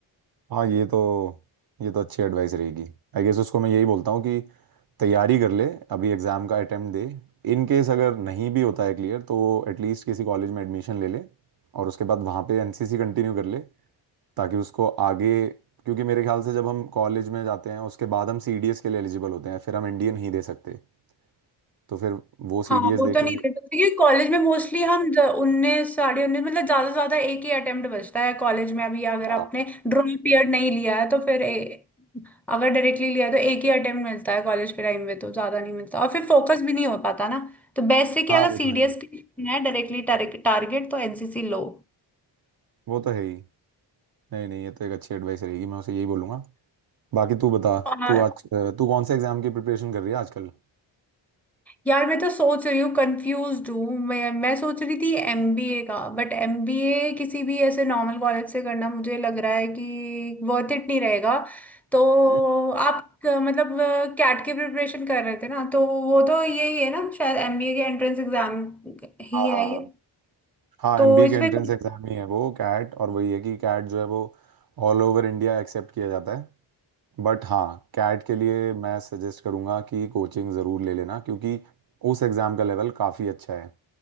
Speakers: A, on the right (about 50°); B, in the centre.
A: हाँ ये तो ये तो अच्छी एडवाइस रहेगी आई गेस उसको मैं यही बोलता हूँ कि तैयारी कर ले अभी एग्जाम का अटेम्प्ट दे इन केस अगर नहीं भी होता है क्लियर तो वो एटलीस्ट किसी कॉलेज में एडमिशन ले ले और उसके बाद वहाँ पे एनसीसी कंटिन्यू कर ले ताकि उसको आगे क्योंकि मेरे ख्याल से जब हम कॉलेज में जाते हैं उसके बाद हम सीडीएस के लिए एलिजिबल होते हैं फिर हम एनडीए नहीं दे सकते तो फिर वो
B: हाँ
A: सीडीएस
B: वो
A: दे
B: तो
A: के
B: नहीं देते क्योंकि कॉलेज में मोस्टली हम उन्नीस साढ़े उन्नीस मतलब ज्यादा से ज्यादा एक ही अटेम्प्ट बचता है कॉलेज में अभी अगर
A: हाँ
B: आपने ड्रॉप ईयर नहीं लिया है तो फिर ए, अगर डायरेक्टली लिया तो एक ही अटेम्प्ट मिलता है कॉलेज के टाइम में तो ज्यादा नहीं मिलता और फिर फोकस भी नहीं हो पाता ना तो बेस्ट है कि
A: हाँ
B: अगर
A: वो
B: सीडीएस
A: तो है ही
B: है डायरेक्टली टारगेट तो एनसीसी लो
A: वो तो है ही नहीं नहीं ये तो एक अच्छी एडवाइस रहेगी मैं उसे यही बोलूंगा बाकी तू बता
B: और
A: तू आज अ, तू कौन से एग्जाम की प्रिपरेशन कर रही है आजकल
B: यार मैं तो सोच रही हूँ कंफ्यूज हूँ मैं मैं सोच रही थी एमबीए का बट एमबीए किसी भी ऐसे नॉर्मल कॉलेज से करना मुझे लग रहा है कि वर्थ इट नहीं रहेगा तो
A: हम्म,
B: आप अ, मतलब कैट की प्रिपरेशन कर रहे थे ना तो वो तो यही है ना शायद एमबीए के एंट्रेंस एग्जाम ही
A: हाँ
B: है
A: हाँ हाँ
B: ये
A: हाँ
B: तो
A: एमबीए
B: इसमें
A: के एंट्रेंस एग्जाम ही है वो कैट और वही है कि कैट जो है वो ऑल ओवर इंडिया एक्सेप्ट किया जाता है बट हाँ कैट के लिए मैं सजेस्ट करूँगा कि कोचिंग ज़रूर ले लेना क्योंकि उस एग्ज़ाम का लेवल काफ़ी अच्छा है